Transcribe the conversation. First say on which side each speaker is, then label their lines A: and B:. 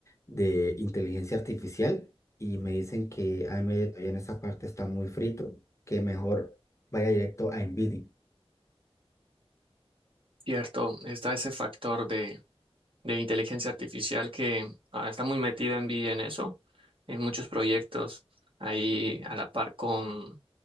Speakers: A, on the left; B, on the right.
A: de inteligencia artificial y me dicen que AMD todavía en esa parte está muy frito, que mejor vaya directo a Nvidia.
B: Cierto, está ese factor de, de inteligencia artificial que ah, está muy metida envidia en eso, en muchos proyectos, ahí a la par con,